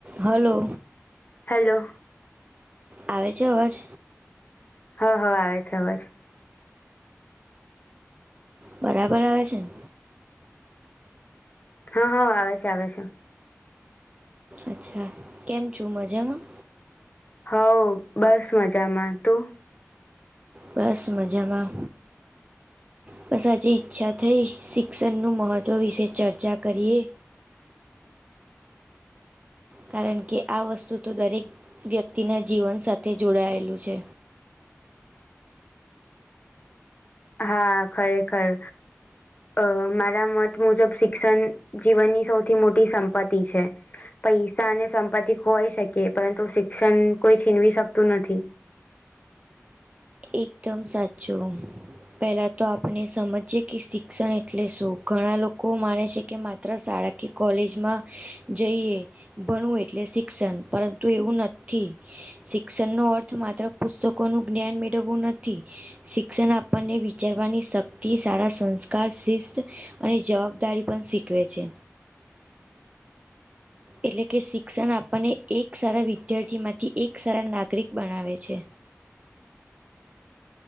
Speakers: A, on the right; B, on the left.
A: Hello
B: hello
A: આવે છે હસ
B: હ હ આવે છે અવાજ
A: બરાબર આવે છે ને
B: હા હા આવે છે આવે છે
A: અચ્છા કેમ છું મજામાં
B: હ બસ મજામાં તું
A: બસ મજામાં બસ આજે ઈચ્છા થઈ શિક્ષણનુંું મહત્વ વિશે ચર્ચા કરીએ કારણ કે આ વસ્તુ તો દરેક વ્યક્તિના જીવન સાથે જોડાયેલું છે
B: હા ખરે ખર અ મારા મત મુજબ શિક્ષણ જીવનની સૌથી મોટી સંપત્તિ છે પૈસા અને સંપત્તિ હોય શકે પરંતુ શિક્ષણ કોઈ છીનવી શકતું નથી
A: એકદમ સાચું પહેલા તો આપણે સમજી કે શિક્ષણ એટલે શું ઘણા લોકો માને છે કે માત્ર શાળા કે કોલેજમાં જઈએ ભણવું એટલે શિક્ષણ પરંતુ એવું નથી શિક્ષણ નો અર્થ માત્ર પુસ્તકો નું જ્ઞાન મે નથી શિક્ષણ આપણને વિચારવાની શક્તિ સારા સંસ્કાર શિસ્ત અને જવાબદારી પણ શીખવે છે એટલે કે શિક્ષણ આપણને એક સારા વિદ્યાર્થીમાંથી એક સારા નાગરિક બનાવે છે